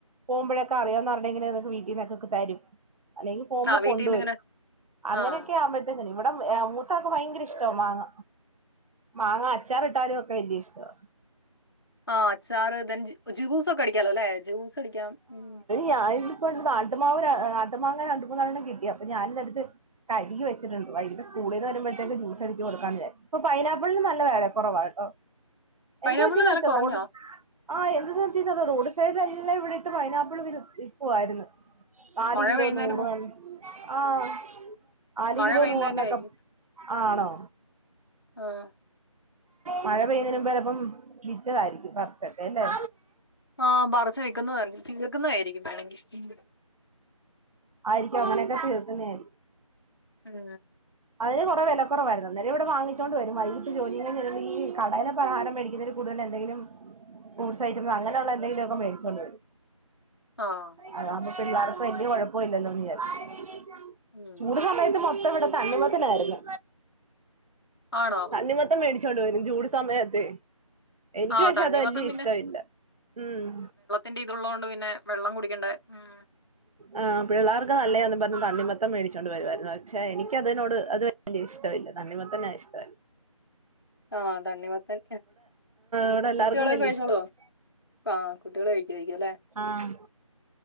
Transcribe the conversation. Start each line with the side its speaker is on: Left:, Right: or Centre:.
Right: പോകുമ്പഴക്കെ അറിയാന്ന ആരുടെങ്കിലും വീട്ടിൽ ന്നക്കെ തരും അല്ലങ്കി പോകുമ്പോ
Left: ആ വീട്ടീന്ന്
Right: കൊണ്ട് വരും
Left: ഇങ്ങനെ
Right: അങ്ങനെയൊക്കെ
Left: ആഹ്
Right: ആവുമ്പഴ് ഇവിടെ മൂത്താക്ക് ഭയങ്കര ഇഷ്ട മാങ്ങ മാങ്ങ അച്ചാറിട്ടാലൊക്കെ വല്ല്യ ഇഷ്ടവാ
Left: ആഹ് അച്ചാറ് ത ജ്യൂസ് ഒക്കെ അടിക്കാല്ലോ അല്ലേ ജ്യൂസ് അടിക്കാം ഉം
Right: ഞാനിപ്പ നാട്ടുമാവ് നാട്ട്മാങ്ങെ രണ്ട് മൂന്നാലെണ്ണം കിട്ടി അപ്പൊ ഞാനിന്നെടുത്ത് കഴുകി വെച്ചിട്ടുണ്ട് വൈകിട്ട് സ്കൂളീന്ന് വരുമ്പഴ്ത്തക്ക് ജൂസടിച്ച് കൊടുക്കാന്ന് വിചാരിച് ഇപ്പോ പൈനാപ്പിളിന് നല്ല വെലക്കൊറവാ കേട്ടോ
Left: പൈനാപ്പിളിന്
Right: എന്ത് പറ്റിയതാ
Left: വില
Right: അവിടത്തെ
Left: കുറഞ്ഞോ
Right: റോഡ് ആഹ് എന്ത് <unintelligible> റോഡ് സൈഡിലല്ലാം ഇവിടെ ഇട്ട് പൈനാപ്പിൾ വി വിൽക്കുവാരുന്നു നാല്
Left: മഴ
Right: കിലോ
Left: പെയ്യുന്നതിന്
Right: നൂറ്
Left: മു
Right: ആഹ് നാല്
Left: മഴ
Right: കിലോ
Left: പെയ്യുന്നതിന്റെ
Right: നൂറിനൊക്കെ
Left: ആയിരിക്കും
Right: ആണോ
Left: ആഹ്
Right: മഴ പെയ്യുന്നേന് മുമ്പ് ചെലപ്പം വിറ്റതായിരിക്കും പർച്ചൊക്കെല്ലേ
Left: ആഹ് പറച്ച് വിൽക്കുപറഞ്ഞു തീർക്കുന്നതായിരിക്കും വേണെങ്കി ഉം
Right: ആയിരിക്കും അങ്ങനെയൊക്കെ തീർക്കുന്നആയിരിക്കും
Left: ഉം
Right: അതിന് കോറെ വെല കുറവായിരുന്നു അന്നരം ഇവിടെ വാങ്ങിച്ചൊണ്ട് വരും വൈകട്ട് ജോലികയിഞ്ഞു വരുമ്പോ ഈകടേലെ പലഹാരം വെടിക്കുന്നതിന് കൂടുതൽ എന്തെങ്കിലും ഫ്രൂട്സ് ഐറ്റം അങ്ങനെള്ള എന്തെങ്കിലുക്കെ മേടിച്ചൊണ്ട് വരും
Left: ആഹ്
Right: അതാകുമ്പോ പിള്ളേർക് വലിയ കുഴപ്പല്ലല്ലോന്ന് വിചാരിച്ച്
Left: ഉം
Right: ചൂട് സമയത്ത് മൊത്തം ഇവടെ തണ്ണിമത്തനായിരുന്നു
Left: ആണോ
Right: തണ്ണിമത്തം മേടിച്ചോണ്ട് വരും ജൂട് സമയത്ത് എനിക്ക്
Left: ആഹ്
Right: പക്ഷെ
Left: തണ്ണിമത്തൻ
Right: അത് വല്യേ ഇഷ്ടമില്ല ഉം
Left: ന്റെ ഇതുള്ളത് കൊണ്ട് പിന്നെ വെള്ളം കുടിക്കേണ്ടേ ഉം
Right: ആഹ് പിള്ളാർക്ക് നല്ലതും പറഞ് തണ്ണിമത്തം മേടിച്ചുകൊണ്ട് വരുമായിരുന്നു പക്ഷെ എനിക്കതിനോട് അത് വെല്യേ ഇഷ്ടമല്ല തണ്ണി മത്തന്ന ഇഷ്ടല
Left: ആഹ് തണ്ണിമത്തൻ
Right: ഇവിടെ എല്ലാവർക്കും
Left: കുട്ടികളൊക്കെ
Right: വലിയ
Left: കഴിച്ചോളോ
Right: ഇഷ്ടമാണ്
Left: ആഹ് കുട്ടികൾ കഴിക്കയിരിക്ക അല്ലേ
Right: ആഹ്